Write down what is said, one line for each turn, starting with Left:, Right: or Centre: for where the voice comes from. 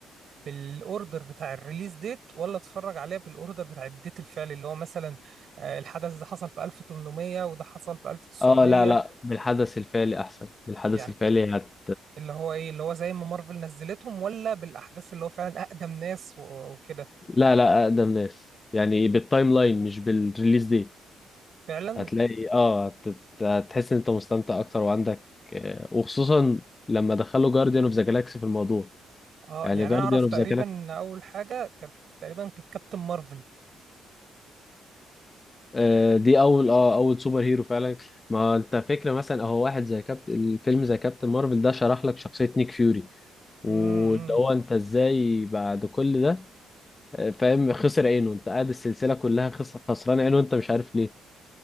Right: بالأوردر بتاع الريليز ديت ولا أتفرج عليها بالأوردر بتاع الديت الفعلي اللي هو مثلا آه، الحدث ده حصل في 1800 وده حصل في 1900
Left: اه لا لا بالحدث الفعلي احسن بالحدث
Right: يعني
Left: الفعلي هت
Right: اللي هو إيه اللي هو زي ما مارفل نزلتهم ولا بالأحداث اللي هو فعلا أقدم ناس و- وكده
Left: لا لا اقدم ناس يعني بالتايم لاين مش بالريليز دي
Right: فعلا
Left: هتلاقي اه هت- هتحس ان انت مستمتع اكتر وعندك آه، وخصوصا لما دخلوا جارديان اوف ذا جالاكسي في الموضوع
Right: اه
Left: يعني
Right: يعني
Left: جارديان
Right: أنا أعرف
Left: اوف
Right: تقريبا
Left: ذا
Right: إن أول حاجة كانت تقريبا كانت كابتن مارفل
Left: آه، دي اول اه اول سوبر هيرو فعلا ما انت فكره مثلا اهو واحد زي كابت الفيلم زي كابتن مارفل ده شرح لك شخصيه نيك فيوري واللي
Right: امم امم.
Left: هو انت ازاي بعد كل ده آه، فاهم خسر عينه انت قاعد السلسله كلها خسر خسران عينه انت مش عارف ليه